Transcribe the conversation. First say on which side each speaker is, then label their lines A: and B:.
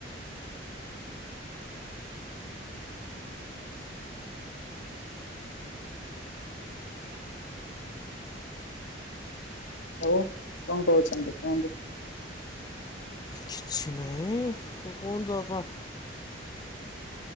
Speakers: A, on the left; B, on the left.
A: ଆଉ କଣ କହୁଛନ୍ତି କୁହନ୍ତୁ?
B: କିଛି ନାହିଁ କୁହନ୍ତୁ ଆପଣ?